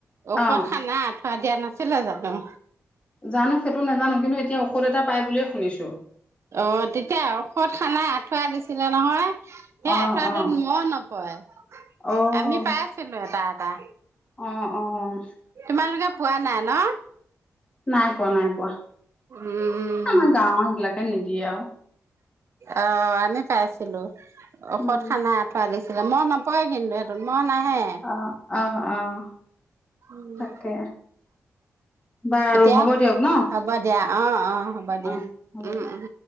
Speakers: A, on the right; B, on the left.
A: ঔষধ
B: অ',
A: সানা আঁঠুৱা দিয়া নাছিলে জানো?
B: জানো, সেইটো নাজানো কিন্তু এতিয়া ঔষধ এটা পাই বুলিয়ে শুনিছো।
A: অ' তেতিয়া ঔষধ সানা আঁঠুৱা দিছিলে নহয়। সেই
B: অ',
A: আঁঠুৱাটোত
B: অ',
A: ম'হ নপৰে,
B: অ',
A: আমি পাইছিলো এটা এটা।
B: অ', অহ'।
A: তোমালোকে পোৱা নাই ন?
B: নাই পোৱা, নাই পোৱা।
A: উম
B: আমাৰ গাঁওৰ সেইবিলাকে নিদিয়ে আৰু।
A: অ' আমি পাইছিলো, ঔষধ
B: উম,
A: সানা আ আঁঠুৱা আনিছে, মই নপৰে কিন্তু সেইটোত মই নাহে।
B: অ', অ', অ'।
A: উম।
B: তাকে বাৰু
A: এতিয়া
B: হ'ব দিয়ক ন।
A: হ'ব দিয়া, অ', অ' হ'ব দিয়া।
B: অ হ'ব
A: উম,
B: দে
A: উম।